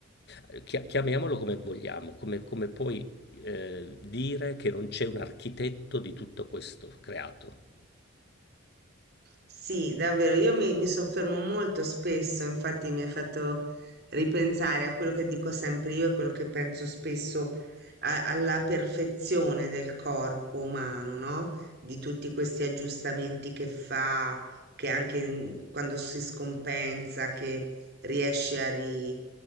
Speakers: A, on the left; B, on the right.
A: eh, chia- chiamiamolo come vogliamo, come, come puoi eh, dire che non c'è un architetto di tutto questo creato?
B: Sì, davvero, io mi, mi soffermo molto spesso, infatti mi hai fatto ripensare a quello che dico sempre io e quello che penso spesso a- alla perfezione del corpo umano, no? Di tutti questi aggiustamenti che fa, che anche in- quando si scompensa, che riesce a, ri-